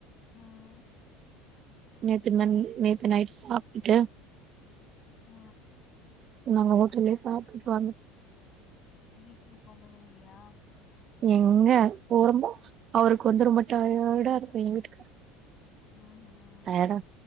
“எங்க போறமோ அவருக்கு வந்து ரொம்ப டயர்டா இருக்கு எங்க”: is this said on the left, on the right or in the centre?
Right